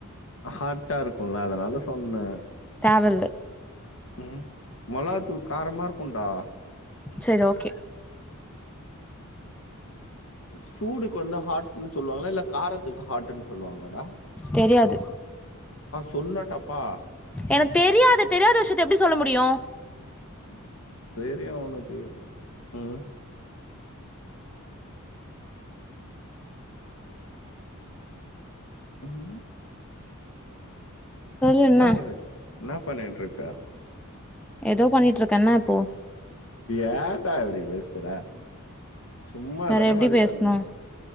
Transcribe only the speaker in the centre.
தேவெல்ல
செரி ஓகே
தெரியாது
எனக்கு தெரியாது தெரியாத விஷியத்த எப்டி சொல்ல முடியு
சொல்லு என்ன
எதோ பண்ணிட்ருக்கே இன்னா இப்போ
வேற எப்டி
பேசணு